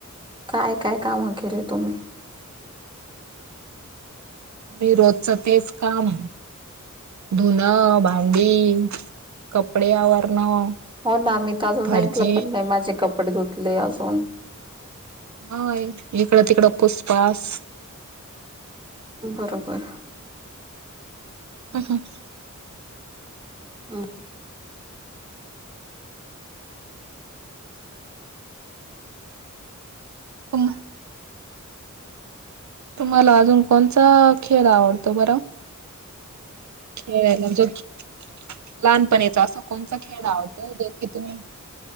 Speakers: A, on the right; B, on the right.
A: काय काय कामं केली तुम्ही
B: आम्ही रोजचं तेच काम धुणं भांडी कपडे आवरणं
A: हो ना मी तर अजून
B: फरची
A: सांकलं पण नाही माझे कपडे धुतले अजून
B: हा इकडं तिकडं पुोस पास
A: बरोबर
B: ह हं
A: हम
B: कम तुम्हाला अजून कोणचा खेळ आवडतो बरं हेयला जो लहानपणीचा असा कोणचा खेळ आवडतो ज की तुम्ही